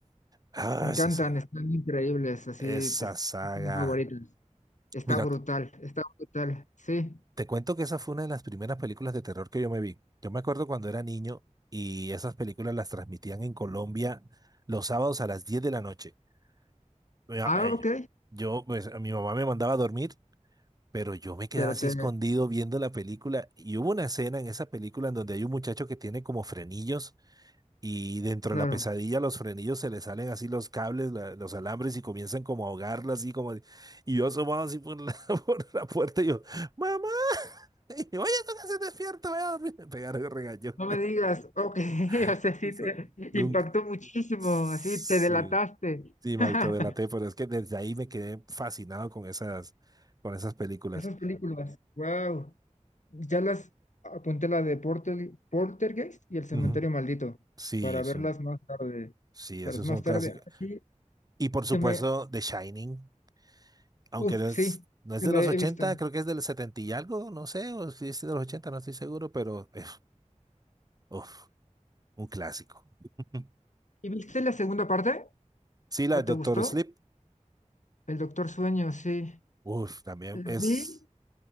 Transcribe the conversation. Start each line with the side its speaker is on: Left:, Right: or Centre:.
Right: Ah,
Left: encantan,
Right: es esa,
Left: están increíbles, así,
Right: esa
Left: te- son
Right: saga.
Left: mis favoritas. Está
Right: Mira,
Left: brutal, está brutal. Sí.
Right: te cuento que esa fue una de las primeras películas de terror que yo me vi. Yo me acuerdo cuando era niño y esas películas las transmitían en Colombia los sábados a las 10 de la noche. Mira,
Left: Ah,
Right: eh,
Left: ok,
Right: Yo, yo, pues, mi mamá me mandaba a dormir, pero yo me quedaba
Left: pero
Right: así
Left: te,
Right: escondido viendo la película y hubo una escena en esa película en donde hay un muchacho que tiene como frenillos Y dentro
Left: claro.
Right: de la pesadilla los frenillos se les salen así los cables, la- los alambres y comienzan como a ahogarla así como... de- Y yo asomado así por la, <laughs> por la puerta y yo, ¡Mamá! <laughs> Y yo, oye, tú que se despierta, voy a dormir. <laughs> Me pegaron el regaño.
Left: No me digas, ok, <laughs>
Right: <laughs>
Left: o sea, sí
Right: Eso
Left: te
Right: nunca.
Left: impactó muchísimo,
Right: Sí,
Left: así te delataste.
Right: sí, me
Left: <laughs>
Right: autodelaté, pero es que desde ahí me quedé fascinado con esas, con esas películas.
Left: Esas películas, wow. Ya las apunté la de Porter, Poltergeist y El Cementerio
Right: Ujú.
Left: Maldito
Right: Sí,
Left: para
Right: son,
Left: verlas más tarde.
Right: sí,
Left: Para
Right: esos
Left: es más
Right: son
Left: tarde.
Right: clásicos.
Left: Así
Right: Y por supuesto,
Left: que me.
Right: The Shining. aunque
Left: Uf,
Right: no es,
Left: sí,
Right: no es
Left: que
Right: de
Left: la
Right: los
Left: he
Right: ochenta
Left: visto.
Right: creo que es del 70 y algo, no sé, o si es de los 80 no estoy seguro, pero eh, uf, un clásico. <laughs>
Left: ¿Y viste la segunda parte?
Right: Sí, la
Left: ¿O
Right: de
Left: te
Right: Doctor
Left: gustó?
Right: Sleep,
Left: El Doctor Sueño, sí.
Right: uf, también
Left: La
Right: es,
Left: vi